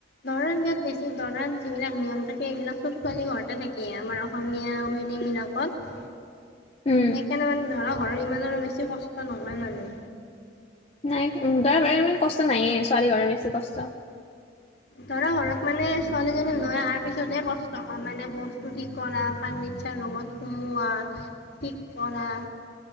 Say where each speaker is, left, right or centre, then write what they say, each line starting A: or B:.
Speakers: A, on the left; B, on the left.
A: দৰা গাত বেছি দৰাত যিবিলাক নিয়ম থাকে এইবিলাক চব ছোৱালী ঘৰতে থাকেই আমাৰ অসমীয়া বিলাকত সেইকাৰণে
B: উম
A: মানে দৰা ঘৰৰ ইমান আৰু বেছি কষ্ট নহয় মানে
B: নাই দৰাঘৰৰ ইমান কষ্ট নাইয়ে, ছোৱালী ঘৰৰ বেছি কষ্ট।
A: দৰা ঘৰত মানে ছোৱালীজনী লৈ অহাৰ পিছতহে কষ্ট হয়, মানে বস্তু ঠিক কৰা ফাৰ্নিছাৰ ৰুমত সোমোৱা থিক কৰা